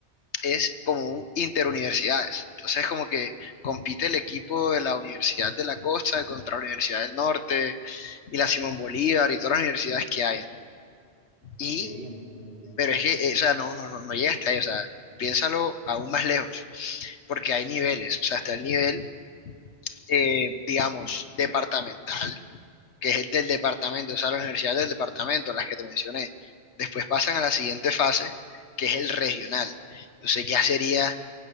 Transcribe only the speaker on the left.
es como
un interuniversidades. Entonces como que compite el equipo de la Universidad de la Costa contra la Universidad del Norte y la Simón Bolívar y todas las universidades que hayan. Y,
pero es que, eh, o sea, no, no, no, no llega hasta ahí, o sea, piénsalo aún más lejos, porque hay niveles, o sea, está el nivel, eh, digamos, departamental, que es el del departamento, o sea, las universidades del departamento, las que te mencioné. Después pasan a la siguiente fase, que es el regional. Entonces ya sería